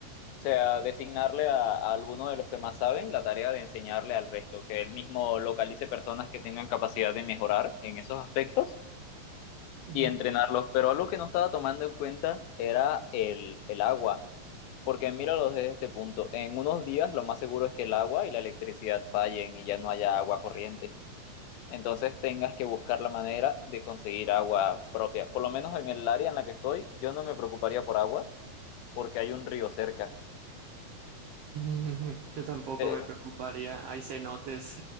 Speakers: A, on the left (about 85°); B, on the right (about 70°).
A: O sea, designarle a, a alguno de los que más saben la tarea de enseñarle al resto, que él mismo localice personas que tengan capacidad de mejorar en esos aspectos
B: Ujú.
A: y entrenarlos. Pero algo que no estaba tomando en cuenta era el, el agua. Porque míralo desde este punto, en unos días lo más seguro es que el agua y la electricidad fallen y ya no haya agua corriente. Entonces tengas que buscar la manera de conseguir agua propia. Por lo menos en el área en la que estoy, yo no me preocuparía por agua porque hay un río cerca.
B: <laughs> Yo tampoco
A: Eh,
B: me preocuparía. Hay cenotes.